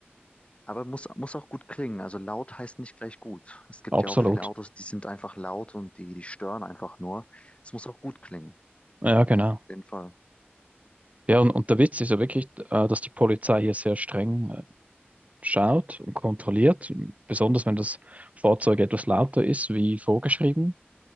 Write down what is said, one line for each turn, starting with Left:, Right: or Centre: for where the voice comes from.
Left: Aber muss, muss auch gut klingen. Also laut heißt nicht gleich gut. Es gibt
Right: absolut.
Left: ja auch viele Autos, die sind einfach laut und die, die stören einfach nur. Es muss auch gut klingen.
Right: Ja, genau.
Left: Auf jeden Fall.
Right: Ja, und, und der Witz ist ja wirklich, äh, dass die Polizei hier sehr streng äh, schaut und kontrolliert, besonders wenn das Fahrzeug etwas lauter ist wie vorgeschrieben.